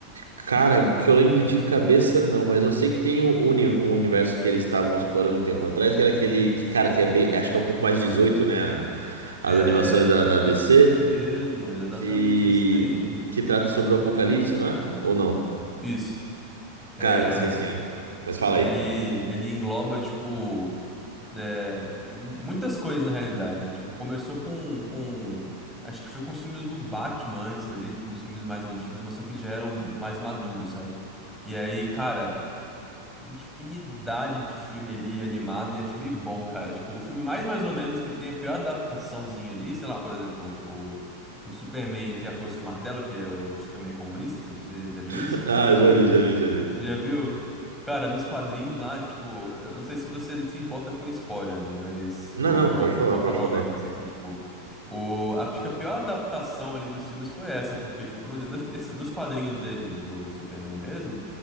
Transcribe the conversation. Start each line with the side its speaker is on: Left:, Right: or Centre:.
Right: Cara, o que eu lembro de cabeça não, mas eu sei que tem um, uni- um universo que eles estavam explorando um tempo atrás, que era aquele que, cara, que é bem, acho que é um pouco mais 18, né? a- as
Centre: É,
Right: animações da, da DC.
Centre: esse mesmo, é exatamente
Right: que
Centre: esse daí.
Right: que trata sobre o apocalipse, não é? Ou não?
Centre: Isso. É,
Right: Cara, sei sim. Mas fala
Centre: ele,
Right: aí.
Centre: ele engloba, tipo, É, é, muitas coisas na realidade, né? Tipo, começou com, com. Acho que foi com os filmes do Batman antes dali, tipo, uns filmes mais antigos, mas só que eles já eram mais maduros, sabe? E aí, cara, infinidade de filme ali animado e é filme bom, cara. Tipo, o filme mais mais ou menos que tem a pior adaptaçãozinha ali, sei lá, por exemplo, o, o do Superman entre a Foice e o Martelo, que é o Superman comunista, você você já já viu
Right: <laughs>
Centre: isso?
Right: Ah, já
Centre: <laughs>
Right: vi, já vi, já vi.
Centre: Já viu? Cara, nos quadrinhos lá, tipo, eu não sei se você se importa com spoiler, né? Mas
Right: Não,
Centre: eu
Right: não,
Centre: vou,
Right: pode falar,
Centre: vou falar
Right: pode falar.
Centre: um negócio aqui, tipo. O, acho que a pior adaptação ali dos filmes foi essa, porque, tipo, no- nesse- nesse- nos quadrinhos dele, do Superman mesmo,